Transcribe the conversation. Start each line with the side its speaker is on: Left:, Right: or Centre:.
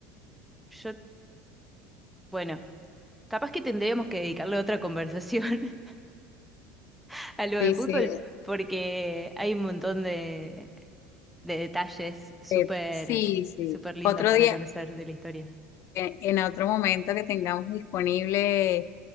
Centre: yo, bueno, capaz que tendríamos que dedicarle otra conversación <laughs> a lo de
Left: Sí,
Centre: fútbol,
Left: sí,
Centre: porque hay un montón de, de detalles súper,
Left: eh, sí, sí.
Centre: súper lindos
Left: Otro
Centre: para
Left: día.
Centre: conocer de la historia.
Left: eh, en otro momento que tengamos disponible,